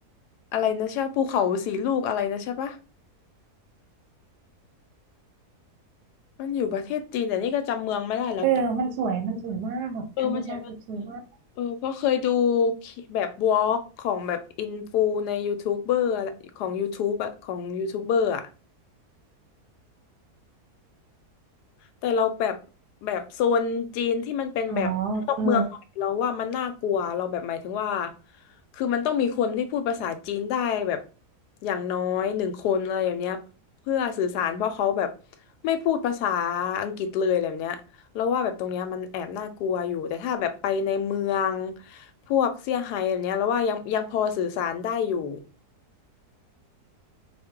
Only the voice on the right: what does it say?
เออมันสวยมันสวยมากแบบธรรมชาติสวยมาก
อ๋อเออ